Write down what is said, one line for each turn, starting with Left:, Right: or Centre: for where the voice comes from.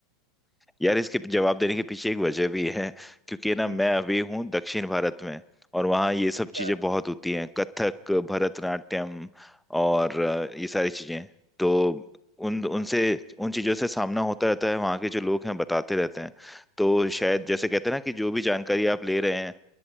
Centre: यार इसके जवाब देने के पीछे एक वजह भी है क्योंकि ना
Right: हम्म
Centre: मैं
Right: हम्म,
Centre: अभी हूँ दक्षिण भारत में और वहाँ ये सब
Right: अच्छा
Centre: चीजें बहुत होती हैं कथक भरतनाट्यम और अ, ये सारी चीजें तो उन उनसे उन चीजों से सामना होता रहता है वहाँ के जो लोग हैं बताते रहते हैं तो शायद
Right: हम्म
Centre: जैसे
Right: हम्म,
Centre: कहते हैं ना कि जो भी जानकारी आप ले रहे हैं